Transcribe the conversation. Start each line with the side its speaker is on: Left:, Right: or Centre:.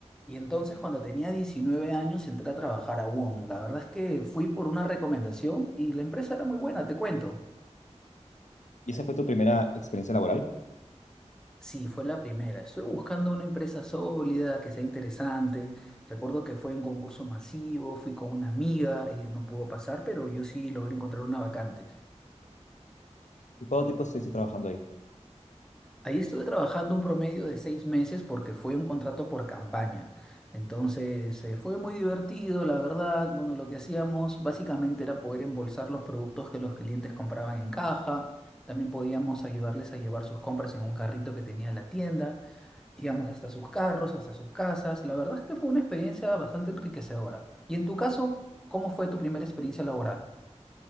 Centre: Y entonces cuando tenía 19 años entré a trabajar a Wong. La verdad es que fui por una recomendación y la empresa era muy buena, te cuento.
Left: ¿Y esa fue tu primera experiencia laboral?
Centre: Sí, fue la primera. Estoy buscando una empresa sólida, que sea interesante. Recuerdo que fue un concurso masivo, fui con una amiga, ella no pudo pasar, pero yo sí logré encontrar una vacante.
Left: ¿Y cuánto tiempo estuviste trabajando ahí?
Centre: Ahí estuve trabajando un promedio de seis meses porque fue un contrato por campaña. Entonces, eh, fue muy divertido, la verdad. Bueno, lo que hacíamos básicamente era poder embolsar los productos que los clientes compraban en caja. También podíamos ayudarles a llevar sus compras en un carrito que tenía la tienda. Íbamos hasta sus carros, hasta sus casas. La verdad es que fue una experiencia bastante enriquecedora. Y en tu caso, ¿cómo fue tu primera experiencia laboral?